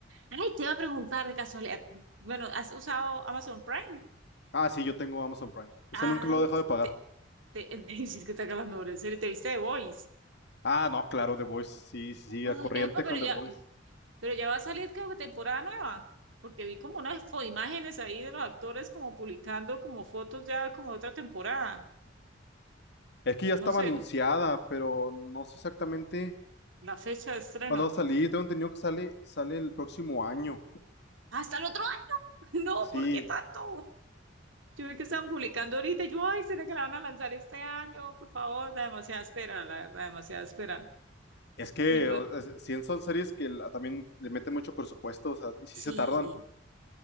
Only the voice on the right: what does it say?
Ay, te iba a preguntar de casualidad. Bueno, ¿has usado Amazon Prime?
Ay,
te, te, <laughs> me dices que te haga las mejores series. ¿Te viste The Voice?
Ay,
epa, pero
ya,
pero ya va a salir creo que temporada nueva. Porque vi como unas fo- imágenes ahí de los actores como publicando como fotos ya como de otra temporada.
No sé,
La fecha de estreno.
Hasta el otro año. <laughs> No,
¿por qué tanto? Yo vi que estaban publicando ahorita. y Yo, ay, ¿será que la van a lanzar este año? Por favor, da demasiada espera, la verdad, demasiada espera.
Y no,
sí,